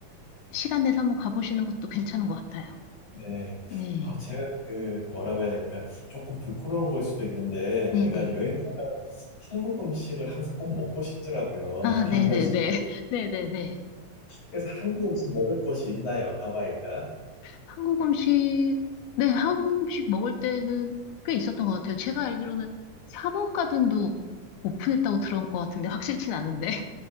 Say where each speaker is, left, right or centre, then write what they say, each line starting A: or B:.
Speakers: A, on the left; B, on the left.
A: 시간 내서 한번 가보시는 것도 괜찮은 것 같아요.
B: 네.
A: 네,
B: 아, 제가 그 뭐라고 해야 될까? 조금 부끄러운 걸 수도 있는데
A: 네,
B: 제가
A: 네.
B: 여행 가면 한국 음식을 항상 꼭 먹고 싶더라고요.
A: 아,
B: <laughs>
A: 네,
B: 한 번씩.
A: 네, 네, <laughs> 네, 네, 네.
B: 그래서 한국 음식 먹을 곳이 있나요, 하와이가?
A: <laughs> 한국 음식 네, 한국 음식 먹을 때는 꽤 있었던 것 같아요. 제가 알기로는 삼원 가든도 오픈했다고 들은 것 같은데 확실치는 않은데.